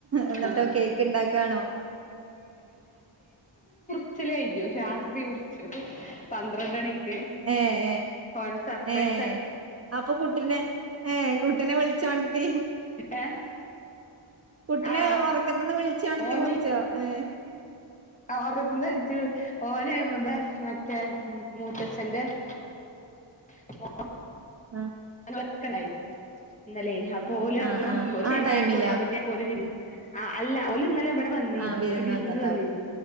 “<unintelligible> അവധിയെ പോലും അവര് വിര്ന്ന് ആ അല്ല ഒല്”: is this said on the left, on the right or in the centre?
Left